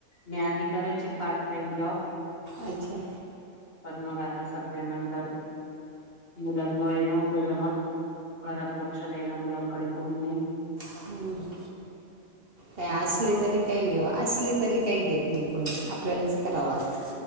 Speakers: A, on the left; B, on the right.
A: मी आधी करायचे पार्ट टाइम जॉब
B: अच्छा
A: पण मग आता सध्यानंतर मुलांमुळे नव्हतं जमत घरात लक्ष द्यायला मुलांकडे कोणी नाही
B: ह्
A: त्याच्यामुळे.
B: काय असले तरी काही असले तरी काही देत नाही कोणी आपल्यालाच करावं लागतं